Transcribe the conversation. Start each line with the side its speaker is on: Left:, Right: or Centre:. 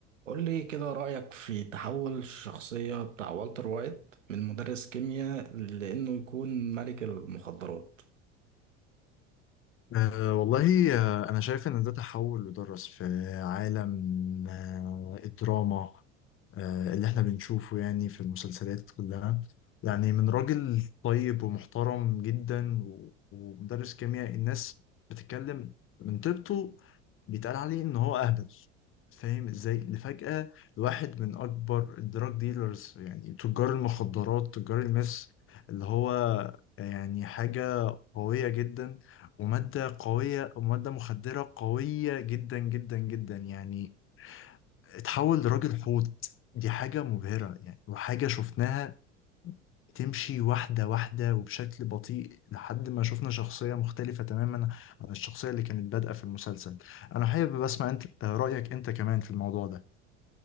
Right: قول لي كده رأيك في تحول الشخصية بتاع والتر وايت من مدرس كيمياء لأنه يكون ملك المخدرات
Left: أه والله آه، أنا شايف إن ده تحول ودرس في عالم آه، الدراما آه، اللي احنا بنشوفه يعني في المسلسلات كلها يعني من راجل طيب ومحترم جدا و- ومدرس كيمياء الناس بتتكلم من طيبته بيتقال عليه ان هو اهبل فاهم ازاي لفجأة لواحد من اكبر الدراج ديلرز يعني تجار المخدرات تجار المس اللي هو يعني حاجة قوية جدا ومادة قوية ومادة مخدرة قوية جدا جدا جدا يعني اتحول لراجل حوت دي حاجة مبهرة يعني وحاجة شفناها بتمشي واحدة واحدة وبشكل بطيء لحد ما شفنا شخصية مختلفة تماما عن الشخصية اللي كانت بادئة في المسلسل أنا حابب أسمع أنت رأيك أنت كمان في الموضوع ده